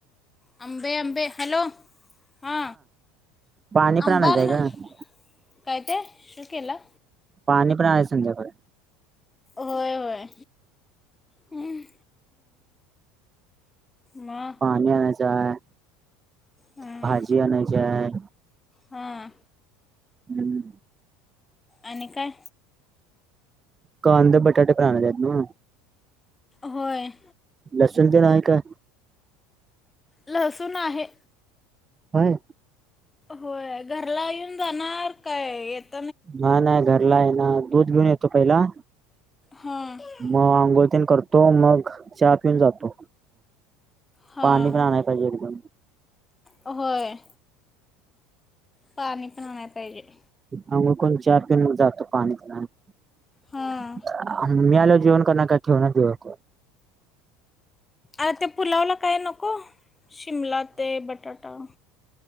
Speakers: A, on the left (about 15°); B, on the right (about 25°).
A: आंबे-आंबे, हॅलो हा
B: पाणी
A: आंबा
B: पण आणायचं
A: आणणार.
B: आहे का
A: काय ते शू केला.
B: पाणी पण आणायचा आहे संध्याकाळी.
A: होय-होय. हम. मग
B: पाणी आणायचा चाय.
A: हं,
B: भाजी आणयची हाय.
A: हां
B: हम्म.
A: आणि काय
B: कांदे बटाटे पण आणलेत ना
A: होय
B: लसून तेन आहे का
A: लसूून आहे
B: होय
A: होय घरला येऊन जाणार काय ते
B: नाही नाही घरला येणार तू घेऊन येतो पहिला
A: हां
B: मग आंघोळन करतो मग चहा पिऊन जातो.
A: हां
B: पाणी पण आणाय पाहिजे. एकदम
A: होय. पाणी पिण्यात पाहिजेत.
B: हम लोग चार किमो जातो. पाणी पिलाने
A: हां
B: मी आलो जेवण कर ना का काही ठेवा नको.
A: आर ते पुलावला काय नको शिमला ते बटाटा